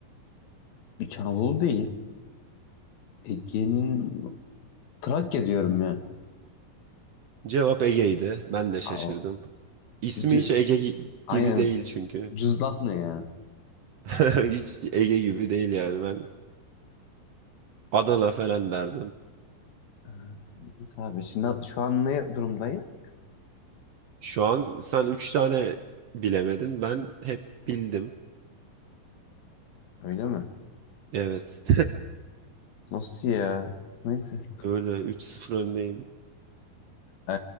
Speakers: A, on the left; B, on the right.
A: İç Anadolu değil. Ege'nin Trakya diyorum ya.
B: Cevap Ege'ydi. Ben de şaşırdım.
A: Abi,
B: İsmi
A: C-
B: hiç Ege gi-
A: Aynen.
B: gibi değil çünkü.
A: Cızlak ne ya?
B: <laughs> Hiç Ege gibi değil yani ben Adana falan derdim.
A: Ee, Neyse abi şimdi şu an ne durumdayız?
B: Şu an sen üç tane bilemedin. Ben hep bildim.
A: Öyle mi?
B: Evet.
A: Nasıl ya? Neyse.
B: <laughs> Öyle üç sıfır öndeyim.
A: Ee,